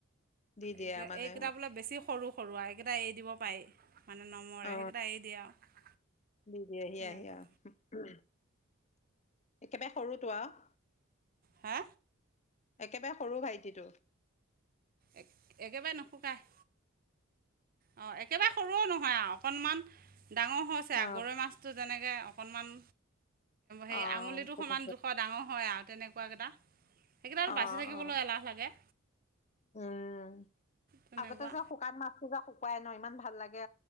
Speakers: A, on the left (about 35°); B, on the right (about 45°).
A: দি দিয়ে
B: এই
A: মানে
B: এইকেইটা বোলে বেছি সৰু-সৰু এইকেইটা এৰি দিব পাৰি। মানে নমৰে,
A: অ অ
B: সেইকেইটা এৰি দিয়ে আৰু
A: দি দি এ
B: তেনেকুৱা
A: আহে আৰু একেবাৰে সৰুটো আৰু
B: হা।
A: একেবাৰে সৰু ভাইটিটো।
B: এক একেবাৰে নুশুকায়, অ' একেবাৰে সৰুও নহয় আৰু অকণমান ডাঙৰ হৈছে,
A: অ
B: গৰৈ মাছটো যেনেকৈ অকণমান হেই
A: অ
B: আঙুলিটো সমান জোখৰ ডাঙৰ হয় আৰু তেনেকুৱা কেইটা। সেইকাৰণে আৰু
A: অ
B: বাচি থাকিবলৈ
A: অ
B: এলাহ লাগে।
A: উম
B: তেনেকুৱা
A: আগতে যে শুকান মাছটো যে শুকুৱাই ন ইমান ভাল লাগে